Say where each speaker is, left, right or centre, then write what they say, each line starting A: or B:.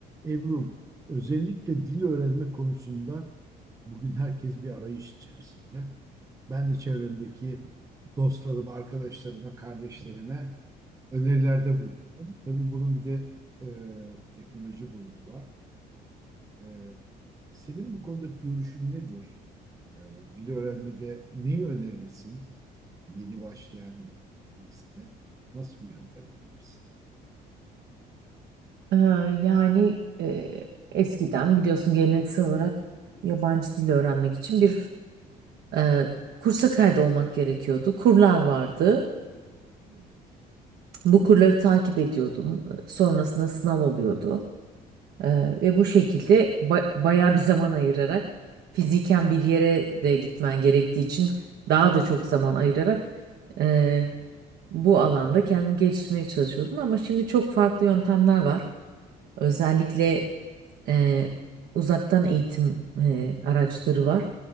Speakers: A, on the right (about 20°); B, on the right (about 70°).
A: Ebru, özellikle dil öğrenme konusunda bugün herkes bir arayış içerisinde. Ben de çevremdeki dostlarıma, arkadaşlarıma, kardeşlerime önerilerde bulunuyorum. Tabii bunun bir de e, teknoloji boyutu var. E, senin bu konudaki görüşün nedir? E, dil öğrenmede neyi önerirsin? Yeni başlayan birisine nasıl bir yöntem önerirsin?
B: Ee, Yani e, eskiden biliyorsun geleneksel olarak yabancı dil öğrenmek için bir e, kursa kaydolmak gerekiyordu. Kurlar vardı. Bu kurları takip ediyordun. Sonrasında sınav oluyordu. Ee, ve bu şekilde ba bayağı bir zaman ayırarak fiziken bir yere de gitmen gerektiği için daha da çok zaman ayırarak e, bu alanda kendini geliştirmeye çalışıyordun. Ama şimdi çok farklı yöntemler var. Özellikle e, uzaktan eğitim e, araçları var.